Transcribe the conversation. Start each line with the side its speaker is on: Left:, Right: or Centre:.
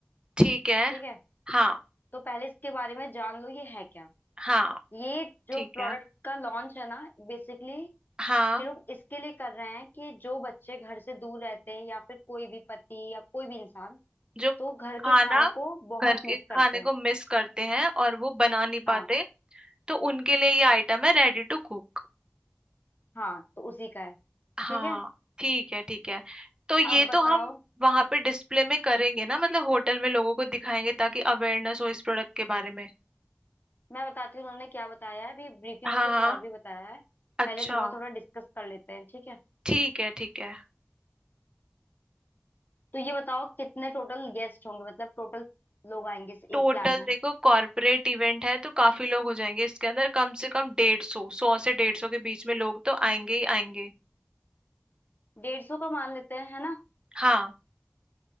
Right: ठीक है
Left: ठीक है
Right: हाँ
Left: तो पहले इसके बारे में जान लो ये है क्या
Right: हाँ
Left: ये जो
Right: ठीक
Left: प्रोडक्ट
Right: है
Left: का लॉन्च है ना बेसिकली
Right: हाँ
Left: ये लोग इसके लिए कर रहे हैं कि जो बच्चे घर से दूर रहते हैं या फिर कोई भी पति या कोई भी इंसान
Right: जो
Left: तो घर
Right: खाना
Left: के खाने को बहुत
Right: घर के
Left: मिस करते
Right: खाने
Left: हैं
Right: को मिस करते हैं और वो बना नहीं
Left: हाँ
Right: पाते तो उनके लिए ये आइटम है रेडी टू कुक
Left: हाँ तो उसी का है
Right: हाँ
Left: ठीक है
Right: ठीक है ठीक है तो ये
Left: अब बताओ
Right: तो हम वहां पे डिस्प्ले में करेंगे ना मतलब होटल में लोगों को दिखाएंगे ताकि अवेयरनेस हो इस प्रोडक्ट के बारे में
Left: मैं बताती हूँ उन्होंने क्या बताया है अभी ब्रीफिंग
Right: हाँ
Left: में कुछ
Right: हाँ
Left: और भी बताया है
Right: अच्छा
Left: पहले थोड़ा थोड़ा डिस्कस कर लेते हैं ठीक है
Right: ठीक है ठीक है
Left: तो ये बताओ कितने टोटल गेस्ट होंगे मतलब टोटल लोग आएंगे इस
Right: टोटल
Left: प्लान में
Right: देखो कॉर्पोरेट इवेंट है तो काफी लोग हो जाएंगे इसके अंदर कम से कम डेढ़ सौ सौ से डेढ़ सौ के बीच में लोग तो आएंगे ही आएंगे
Left: डेढ़ सौ का मान लेते हैं है ना
Right: हाँ